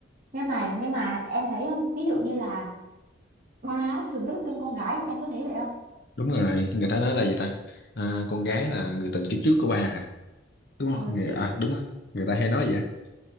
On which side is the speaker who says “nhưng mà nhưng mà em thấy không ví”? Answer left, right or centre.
Right